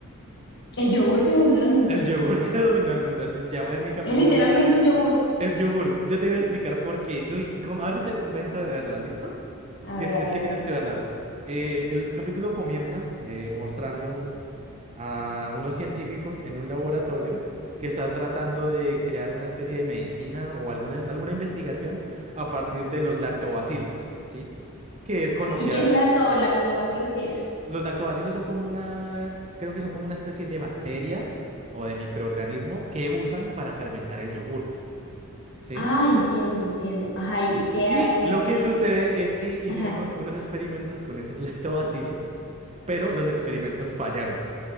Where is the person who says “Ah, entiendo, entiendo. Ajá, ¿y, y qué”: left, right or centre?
Left